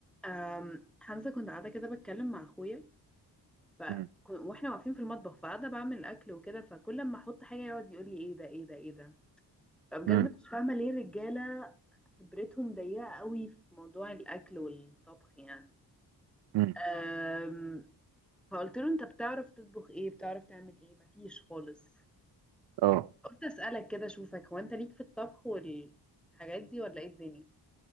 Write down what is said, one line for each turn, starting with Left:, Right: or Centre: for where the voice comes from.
Centre: أم، حمزة كنت قاعدة كده بتكلم مع أخويا ف...
Right: مم.
Centre: كن- واحنا واقفين في المطبخ فقاعدة بعمل أكل وكده فكل ما أحط حاجة يقعد يقول لي إيه ده إيه ده إيه ده فبجد
Right: مم.
Centre: مش فاهمة ليه الرجالة خبرتهم ضيقة قوي في موضوع الأكل والطبخ يعني
Right: مم.
Centre: أم... فقلت له أنت بتعرف تطبخ إيه بتعرف تعمل إيه مفيش خالص
Right: اه
Centre: قلت أسألك كده أشوفك هو أنت ليك في الطبخ والحاجات دي ولا إيه الدنيا؟